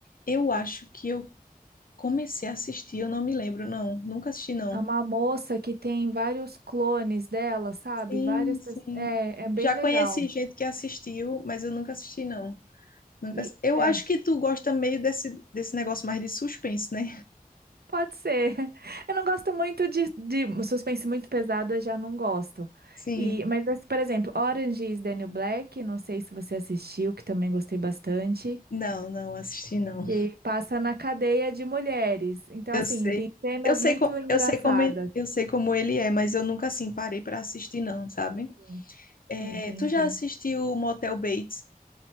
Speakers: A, on the left (about 65°); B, on the right (about 85°).
A: Eu acho que eu comecei a assistir, eu não me lembro, não. Nunca assisti, não.
B: É uma moça que tem vários clones dela, sabe?
A: Sim,
B: Várias
A: sim.
B: pessoas. É, é bem
A: Já
B: legal.
A: conheci gente que assistiu, mas eu nunca assisti, não. Nunca...
B: E
A: ass- Eu
B: é.
A: acho que tu gosta meio desse, desse negócio mais de suspense, né?
B: Pode ser. <laughs> Eu não gosto muito de, de suspense muito pesado, eu já não gosto.
A: Sim.
B: E, mas, assim, por exemplo, Orange is the New Black, não sei se você assistiu, que também gostei bastante,
A: Não, não assisti, não.
B: que passa na cadeia de mulheres. Então,
A: Eu
B: assim,
A: sei.
B: tem cenas
A: Eu sei,
B: muito
A: co-
B: engraçadas.
A: eu sei como ele, eu sei como ele é, mas eu nunca assim parei para assistir não, sabe?
B: assim.
A: É,
B: Ah, Entendi.
A: tu já assistiu o Motel Bates?